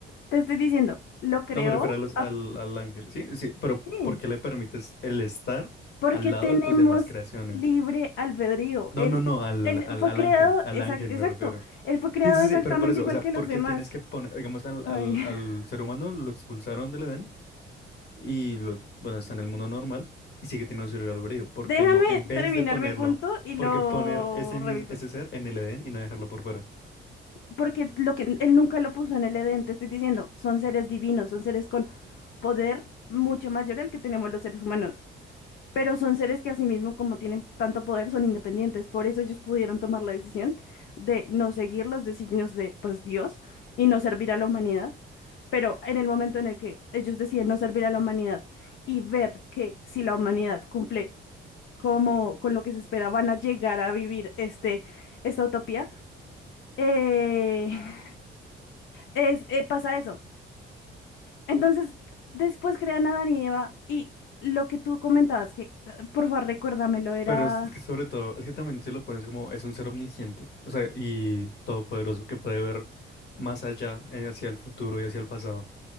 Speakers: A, on the left (about 70°); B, on the left (about 55°).
A: te estoy diciendo, lo creó
B: No me refiero a los- al,
A: a-
B: al ángel, sí, sí, pero
A: sí,
B: ¿por qué le permites el estar
A: porque
B: al lado
A: tenemos
B: de tus demás creaciones?
A: libre albedrío.
B: No,
A: Él,
B: no, no, al,
A: él
B: al,
A: fue
B: al
A: creado,
B: ángel, al
A: exac-
B: ángel
A: exacto,
B: me refiero.
A: él fue creado
B: Sí, sí,
A: exactamente
B: sí, pero por eso,
A: igual
B: o sea,
A: que los
B: porque
A: demás.
B: tienes que poner, digamos, al,
A: Ay.
B: al, al
A: <laughs>
B: ser humano lo expulsaron del Edén y lo, bueno, está en el mundo normal y sigue teniendo su libre albedrío. ¿Por
A: Déjame
B: qué no? En vez
A: terminar
B: de ponerlo,
A: mi punto y
B: ¿por
A: lo
B: qué poner ese
A: revisas.
B: mismo, ese ser en el Edén y no dejarlo por fuera?
A: porque lo que él nunca lo puso en el Edén, te estoy diciendo, son seres divinos, son seres con poder mucho mayor al que tenemos los seres humanos, pero son seres que asimismo, como tienen tanto poder, son independientes, por eso ellos pudieron tomar la decisión de no seguir los designios de, pues, Dios y no servir a la humanidad, pero en el momento en el que ellos deciden no servir a la humanidad y ver que si la humanidad cumple como con lo que se espera, van a llegar a vivir este, esta utopía, eh, es, eh, pasa eso. Entonces, después crean a Adán y Eva y lo que tú comentabas, que eh, por favor recuérdamelo, era...
B: Pero es que sobre todo, es que también si lo pones como, es un ser omnisciente, o sea, y todopoderoso que puede ver más allá, eh, hacia el futuro y hacia el pasado.